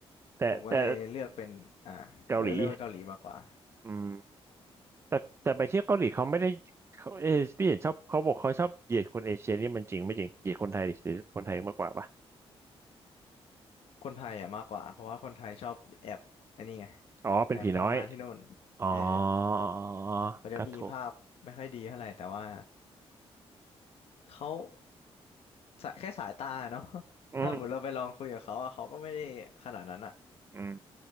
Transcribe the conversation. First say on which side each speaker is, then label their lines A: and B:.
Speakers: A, on the right (about 25°); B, on the left (about 70°).
A: แต่แต่
B: ผมก็เลยเลือกเป็นอ่าผมเลยเลือกเป็นเกาหลีมากกว่า
A: เกาหลีอืมแต่แต่ไปเที่ยวเกาหลีเขาไม่ได้เขาเออพี่เห็นชอบเขาบอกเขาชอบเหยียดคนเอเชียนี่มันจริงไม่จริงเหยียดคนไทยดิหรือคนไทยมากกว่าปะ
B: คนไทยอะมากกว่าเพราะว่าคนไทยชอบแอบอันนี้ไง
A: อ๋อเป็นผีน้อย
B: แอบไปทำงานที่นู่น
A: อ๋อ
B: เออ
A: อ๋อ
B: เขาจะมีภาพไม่ค่อยดีเท่าไหร่แต่ว่า
A: อกระูก
B: เขา สายแค่สายตาเนาะ <laughs>
A: อืม
B: ถ้าเหมือนเราไปลองคุยกับเขาอะเขาก็ไม่ได้ขนาดนั้นอะ
A: อืม